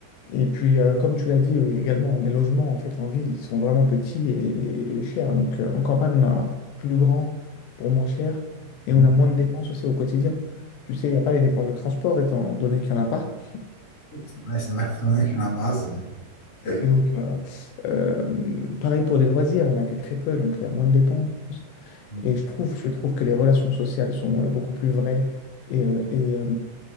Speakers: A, on the left; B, on the left.
A: et puis, euh, comme tu l'as dit euh, également, les logements en fait en ville ils sont vraiment petits et, et chers. Donc, euh, en campagne, on a plus grand pour moins cher et
B: Mhm.
A: on a moins de dépenses aussi au quotidien. Tu sais, il n'y a pas les dépenses de transport étant donné qu'il n'y en a pas.
B: C'est vrai, c'est vrai. <laughs> Il y en a qui n'en mais-
A: Et
B: <laughs>
A: donc, euh, euh, pareil pour les loisirs, il n'y en a que très peu, donc il y a moins de dépenses.
B: Mhm.
A: Et je trouve, je trouve que les relations sociales sont euh, beaucoup plus vraies et, euh, et, euh,